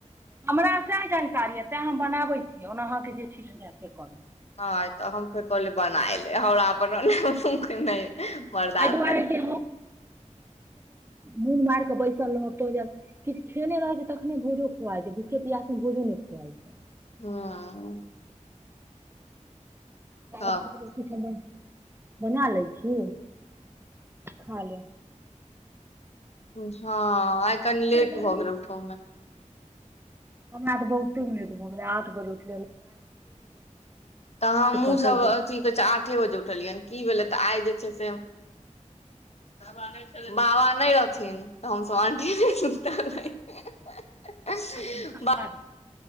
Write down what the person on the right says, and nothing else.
हमरा स जानकारी यए तैँ हम बनाबैत छी ओना अहाँकेँ जे ठीक हुए से करू
एहि दुआरे
मून मार के बैसल रह तो किछ खेने रह छ छै तखने भूजो खुआ छै भूखे पियास मे भोजो जाईछी
ताय
ल क उठब बना लै छी खा लए
गर्मी
हमरा त बहुते लेट भ गेलै आठ बजे छै
कटै
हूँ